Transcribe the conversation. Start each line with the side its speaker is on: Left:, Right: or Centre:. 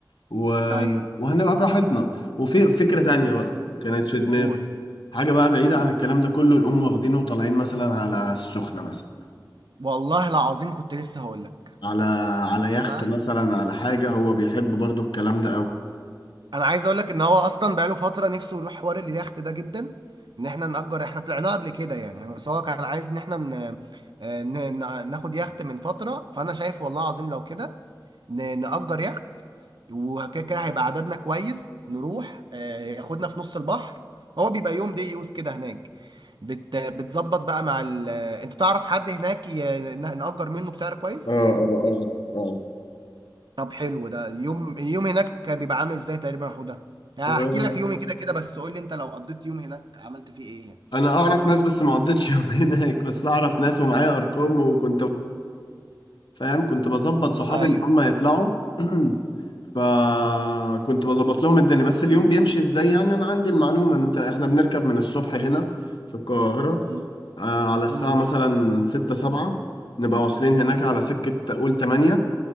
Left: و...
Right: ايوه
Left: وهنبقى براحتنا وفي فكرة تانية بقى كانت في دماغي
Right: قول
Left: حاجة بقى بعيدة
Right: قول
Left: عن الكلام ده كله نقوم واخدينه وطالعين مثلا على السخنة مثلا
Right: والله العظيم كنت لسه هقول لك
Left: على
Right: صدق
Left: على يخت
Right: بقى
Left: مثلا على حاجة هو بيحب برضو الكلام ده قوي
Right: انا عايز اقول لك ان هو اصلا بقاله فتره نفسه يروح حوار اليخت ده جدا ان احنا نأجر احنا طلعناه قبل كده يعني بس هو كان عايز ان احنا ن... آه، ن... ن- ناخد يخت من فتره فانا شايف والله العظيم لو كده ن... نأجر يخت وكده كده هيبقى عددنا كويس نروح آه، ياخدنا في نص البحر هو بيبقى يوم دي يوز كده هناك بت... بتظبط بقى مع ال... آه، انت تعرف حد هناك ي... ن- نأجر منه بسعر كويس
Left: اه اه اعرف
Right: طب حلو ده يوم اليوم هناك بيبقى عامل ازاي تقريبا يا حوده يعني
Left: اعرف
Right: هحكي لك يومي كده كده بس قول لي انت لو قضيت يوم هناك عملت فيه ايه يعني
Left: انا اعرف ناس بس ما قضيتش يوم <laughs> هناك بس اعرف ناس ومعايا ارقام وكنت فاهم كنت بظبط صحابي
Right: ايوه
Left: ان هم يطلعوا <clears throat> فكنت بظبط لهم الدنيا بس اليوم بيمشي ازاي يعني انا عندي المعلومة ان انت احنا بنركب من الصبح هنا في القاهرة
Right: مم.
Left: آه، على الساعة
Right: مم.
Left: مثلا ستة سبعة نبقى واصلين هناك
Right: مم.
Left: على سكة قول تمانية